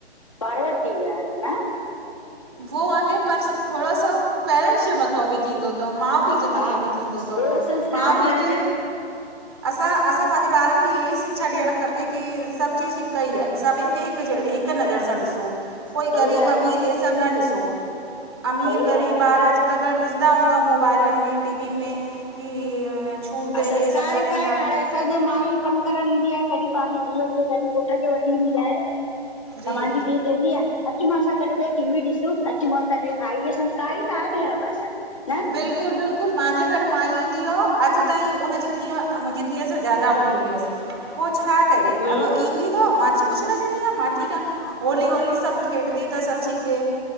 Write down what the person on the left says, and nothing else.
फॉर्वड थी विया आहिनि न?
हा
हा
ॿियो संस्कार
घर
जा
सही
ॻाल्हि
आहे
सही
ॻाल्हि आहे
संस्कार
हिकु आहे
न हाणे असांजे माई कम करणु ईंदी आहे। कॾहिं पंहिंजी धीअउ खे, कॾहिं पुट खे, वठी ईंदी आहे। तव्हांजी
धींय? चंदीआ अचमासां गॾु वेह, टी वी ॾिसो, अचमासां ॾे खाई संस्कार ई त आहे भेण पंहिंजा न?
हम्म